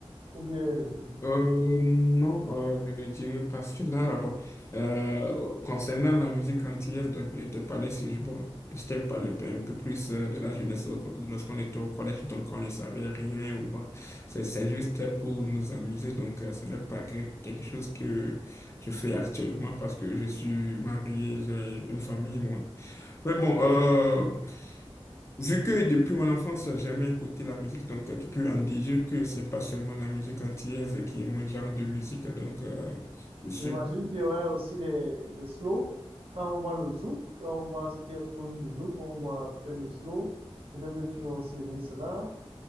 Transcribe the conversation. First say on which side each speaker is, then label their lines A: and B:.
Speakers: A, on the right (about 65°); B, on the left (about 25°).
A: ou bien, euh,
B: Euh, non, euh, je ne dirais pas cela. Ah Bon, euh, concernant la musique antillaise dont je te parlais, si je, bon, je t'ai parlé un peu, un peu plus euh, de la jeunesse lorsqu- lorsqu'on était au collège, donc on ne savait rien. Ou bon, c'est c'est juste pour nous amuser, donc euh, ce n'est pas que- quelque chose que je fais actuellement parce que je suis marié, j'ai une famille, moi. Mais bon,
A: oui.
B: euh, Vu que depuis mon enfance, j'ai jamais écouté la musique, donc euh, tu peux en déduire que c'est pas seulement la musique antillaise qui est mon genre de musique. Donc, euh, je suis
A: J'imagine qu'il y aurait aussi des, des slow. Quand on voit le zouk, quand on voit ce qui est proche du zouk, on voit peut-être le slow, peut-être tu vas aussi aimer cela.